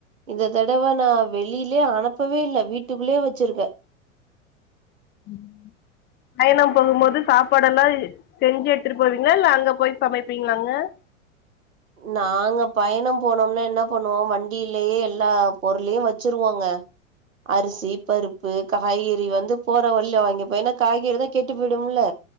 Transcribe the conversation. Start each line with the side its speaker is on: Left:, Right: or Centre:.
Right: இந்த தடவ நா வெளிலயே அனுப்பவே இல்ல வீட்டுக்குள்ளயே வெச்சிருக்கே
Left: ம் பயணம் போகும்போது சாப்பாடெல்லா செஞ்சு எடுத்துட்டு போவீங்ளா இல்ல அங்க போய் சமைப்பீங்களாங்க சம
Right: நாங்க பயணோ போனோம்னா என்ன பண்ணுவோ வண்டியிலயே எல்லா பொருளையோ வச்சிருவாங்க அரிசி பருப்பு காய்கறி வந்து போற வழில வாங்கிப்பே ஏன்னா காய்கறி தா கெட்டு போயிடும்ல